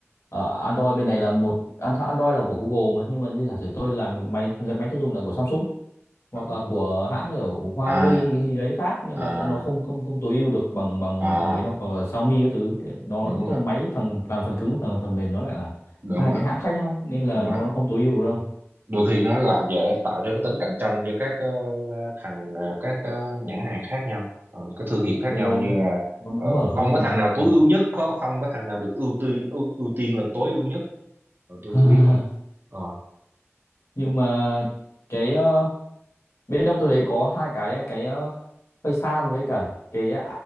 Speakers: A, on the left; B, on the right.
A: ờ, Android bên này là một An- thằng Android là của Google mà nhưng mà như giả sử tôi làm máy máy tiêu dùng là của Samsung
B: Ờ
A: hoặc
B: đúng
A: là
B: rồi.
A: của hãng kiểu Huawei
B: À
A: hay cái gì đấy khác nên
B: à
A: là thực ra nó không không không tối ưu được bằng bằng
B: à
A: thằng ấy đâu hoặc là Xiaomi các thứ nó
B: đúng
A: tức
B: rồi
A: là máy thằng làm phần cứng và thằng làm phần mềm nó lại là
B: đúng
A: hai
B: rồi đúng rồi
A: cái hãng khác nhau nên là
B: đúng
A: nó
B: rồi.
A: nó không tối ưu được đâu
B: đôi khi nó làm giờ tạo cho cái tính cạnh tranh giữa các ờ, thằng ờ, các ờ, nhãn hàng khác nhau ờ, các thương hiệu khác
A: ừ,
B: nhau như là
A: nó nó
B: ờ,
A: mở
B: không
A: hơn
B: có
A: mà
B: thằng
A: nhưng
B: nào
A: mà
B: tối
A: nó
B: ưu nhất không không có thằng nào được ưu tiên ưu, ưu tiên là tối ưu nhất Ờ, tôi
A: <laughs>
B: tôi biết mà Ờ,
A: nhưng mà cái ờ, bên ông tôi thấy có hai cái cái ờ, FaceTime với cả cái ờ,